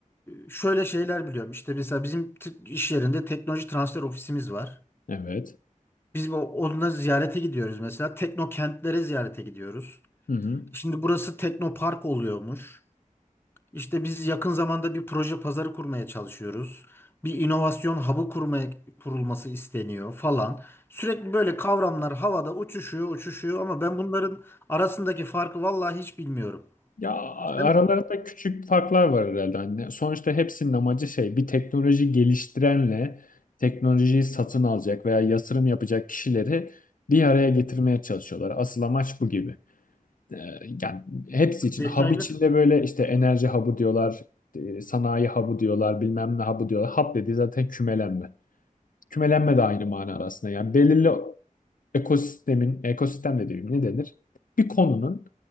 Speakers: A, on the left; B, on the left.
A: e, şöyle şeyler biliyorum. İşte mesela bizim t- iş yerinde teknoloji transfer ofisimiz var.
B: Evet.
A: Biz bu- onunla ziyarete gidiyoruz mesela. Teknokentlere ziyarete gidiyoruz.
B: Hı hı.
A: Şimdi burası Teknopark oluyormuş. İşte biz yakın zamanda bir proje pazarı kurmaya çalışıyoruz. Bir inovasyon hub'ı kurmaya kurulması isteniyor falan. Sürekli böyle kavramlar havada uçuşuyor, uçuşuyor ama ben bunların arasındaki farkı vallahi hiç bilmiyorum.
B: Ya aralarında
A: Sen
B: küçük farklar var herhalde. Hani sonuçta hepsinin amacı şey, bir teknoloji geliştirenle teknolojiyi satın alacak veya yatırım yapacak kişileri bir araya getirmeye çalışıyorlar. Asıl amaç bu gibi. Ee, yani hepsi
A: detaylı
B: için. Hub içinde böyle işte enerji hub'ı diyorlar, e, sanayi hub'ı diyorlar, bilmem ne hub'ı diyorlar. Hub dediği zaten kümelenme. Kümelenme de aynı manada aslında. Yani belirli ekosistemin, ekosistem de değil ne denir? Bir konunun